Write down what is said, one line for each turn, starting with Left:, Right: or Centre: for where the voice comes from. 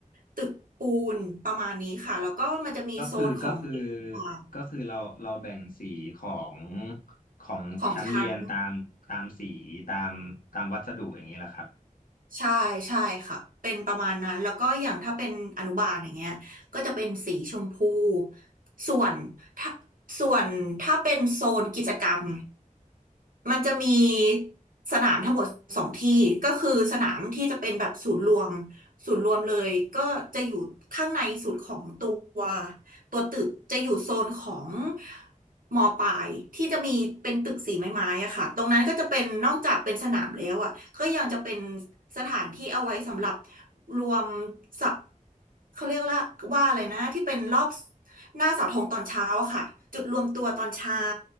Right: ตึกปูนประมาณนี้ค่ะแล้วก็มันจะมีโซนของเด็กต่าง
Left: ก็คือก็คือก็คือเราเราแบ่งสีของของชั้นเรียนตามตามสีตามตามวัสดุอย่างนี้แหละครับ
Right: ๆของชั้น ใช่ใช่ค่ะเป็นประมาณนั้นแล้วก็อย่างถ้าเป็นอนุบาลอย่างเงี้ยก็จะเป็นสีชมพูส่วนส่วนถ้าเป็นโซนกิจกรรม มันจะมีสนามทั้งหมดสองที่ก็คือสนามที่จะเป็นแบบศูนย์รวมศูนย์รวมเลยก็จะอยู่ข้างในสุดของตัวตัวตึกจะอยู่โซนของมอปลายที่จะมีเป็นตึกสีไม้ๆอะค่ะตรงนั้นก็จะเป็นนอกจากเป็นสนามแล้วอะก็ยังจะเป็นสถานที่เอาไว้สำหรับรวมสับเขาเรียกว่าว่าอะไรนะที่เป็นรอบหน้าเสาธงตอนเช้าอะค่ะจุดรวมตัวตอนเช้า